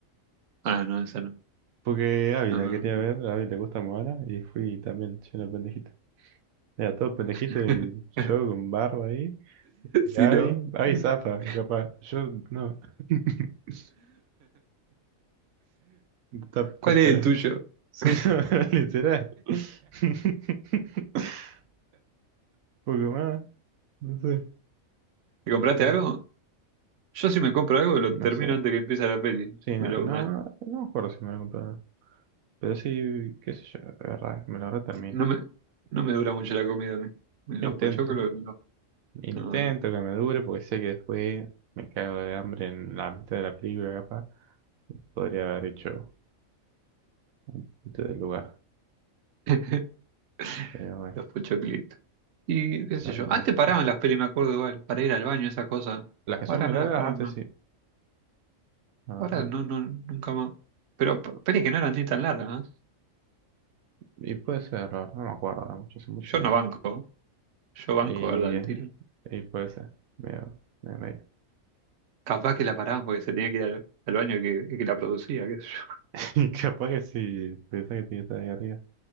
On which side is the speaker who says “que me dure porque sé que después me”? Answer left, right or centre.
Right